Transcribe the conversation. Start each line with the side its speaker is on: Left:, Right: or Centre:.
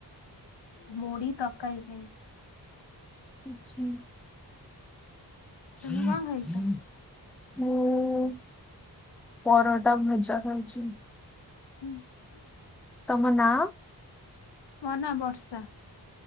Left: ମୁଢି ତରକାରୀ ଖାଇଛି
Centre: ଆଛା <unintelligible>
Left: ତୁମେ କଣ ଖାଇଛ?
Centre: ମୁଁ ପରଟା ଭଜା ଖାଉଛି
Left: ହୁଁ ହଁ
Centre: ତମ ନାଁ
Left: ମୋ ନାଁ ବର୍ଷା।